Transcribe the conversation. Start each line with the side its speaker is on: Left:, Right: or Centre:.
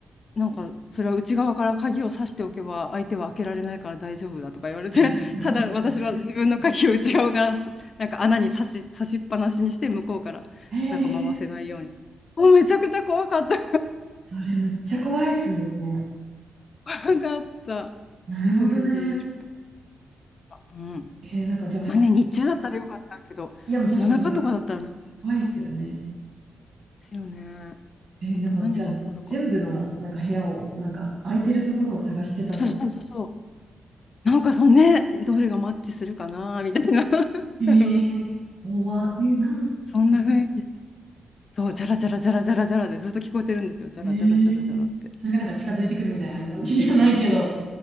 Left: なんかそれは内側から鍵を挿しておけば相手は開けられないから大丈夫だとか言われて <laughs>
Right: う
Left: ただ私は自分の鍵を内側からすなんか穴に差し、
Right: ん。
Left: 差しっぱなしにして向こうからなんか回せないようにもうめちゃくちゃ怖かった
Right: へえ、それめっちゃ怖いっすね。
Left: <laughs> 怖かった一人でいると
Right: なるほどね。
Left: うん
Right: えー、なんかじゃあ普通、
Left: まあね日中だったらよかったけど夜中とかだったらめっちゃ怖い
Right: いやもう確かに夜怖いっすよね。
Left: ですよね
Right: えー、
Left: 本当何が起こるか
Right: なんかじゃあ全部のなんか部屋を、なんか空いてるところを探してたの。
Left: そうそうそうそうなんかそのねどれがマッチするかなみたいな <laughs>
Right: えー、
Left: 多分
Right: 怖っ。え、なん、
Left: そんな雰囲気
Right: 怖い
Left: そう、じゃらじゃらじゃらじゃらじゃらでずっと聞こえてるんですよ。じゃらじゃらじゃらじゃらって。
Right: へえそれがなんか近づいてくるみたいな感じじゃないけど、
Left: うん。